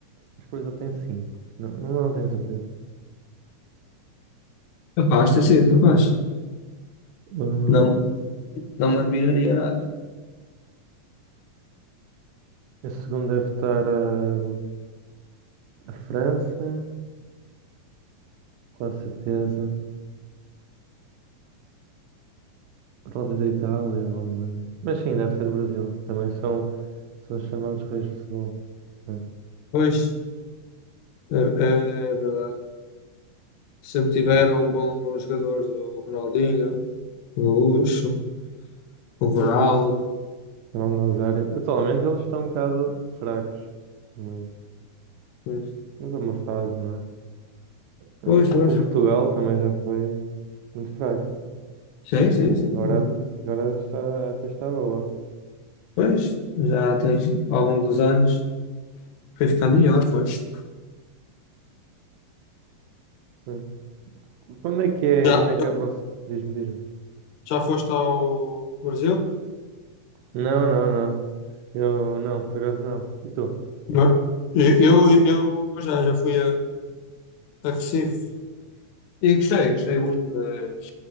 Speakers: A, on the right; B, on the left.
A: Mas o Brasil tem cinco. Não, não não tenho certeza.
B: Capaz de ter sido, capaz.
A: Hum,
B: Não, não me admiraria nada.
A: a segunda deve estar a, a França, quase certeza. Ou Talvez a Itália ou a Alemanha. Mas sim, deve ser o Brasil. Também são, são os chamados reis de futebol. né?
B: Pois, é, é verdade. Sempre tiveram bons jogadores, o Ronaldinho, o Gaúcho, o Ronaldo.
A: Sim, sim. Ronaldo Nazário. Atualmente eles estão um bocado fracos. Mas,
B: Pois,
A: mas é uma fase, não é? Hum,
B: pois, pois.
A: Com Portugal também já foi muito fraca.
B: Sim, sim, sim.
A: Agora,
B: mas-
A: agora está, até está boa.
B: Pois, já tens, ao longo dos anos, foi ficando melhor, pois.
A: Sim. Quando é que é?
B: Já,
A: Quando é que é? você- Diz-me, diz-me.
B: já foste ao Brasil?
A: Não, não, não. Eu não, por acaso não. E tu?
B: Não. Eu, eu, eu já, já fui a, a Recife E gostei, gostei muito das